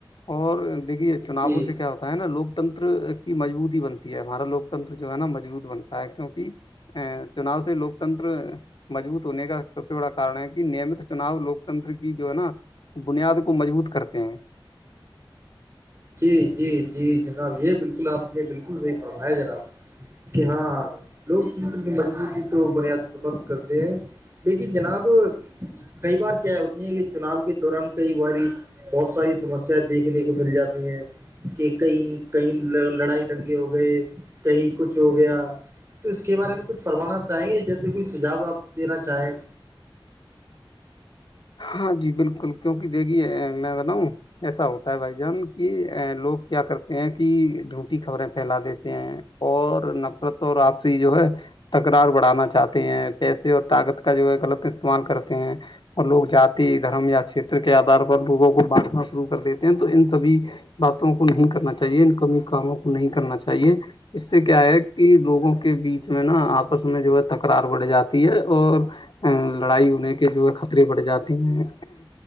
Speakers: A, on the left (about 60°); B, on the right (about 35°).
A: اور دیکھیے چناؤوں
B: جی
A: سے کیا ہوتا ہے نا لوکتنتر کی مجبوتی بنتی ہے ہمارا لوکتنر جو ہے نا مضبوط بنتا ہے کیونک چناؤ سے لوکتنتر مضبوت ہونے کا سب سے بڑا کارن ہے کہ نیمت چناؤ لوکتنتر کی جو ہے نا بنیاد کو مضبوط کرتے ہیں
B: جی جی جی جناب یہ بالکل آپ نے بالکل صحیح فرمایا جناب کہ ہاں لوکتنتر کی مضبوط تو بنیاد پرق کرتے ہیں دیکھیے جناب کئی بار کیا ہوتی ہیں کہ چناؤ کے دوران کئی باری بہت ساری سسیا دیکھنے کو مل جاتی کہ کئی کہیں لڑائی دنگے ہو گئے کہیں کچھ ہو گیا تو اس کے بارے میں کچھ فرمانا چاہیں گے جیسے کوئی سجاؤ آپ دینا چاہیں
A: ہاں جی بالکل کیوںکہ دے گی ہے میں بتاؤں ایسا ہوتا ہے بھائی جان کہ لوگ کیا کرتے ہیں کہ جھونٹی خبریں پھیلا دیتے ہیں اور نفرت اور آپسی جو ہے تکرار بڑھانا چاہتے ہیں پیسے اور طاقت کا جو ہے غلط استعمال کرتے ہیں اور لوگ جاتی دھرم یا چھیر کے آدار پر لوگوں کو بانٹنا شروع کر دیتے ہیں تو ان سبھی باتوں کو نہیں کرنا چاہیے ان کمی کاموں کو نہیں کرنا چاہیے اس سے کیا ہے کہ لوگوں کے بیچ میں نا آپس میں جو ہے تکرار بڑھ جاتی ہے اور ا لڑائی ہونے کے جو ہے خطرے بڑھ جاتی ہیں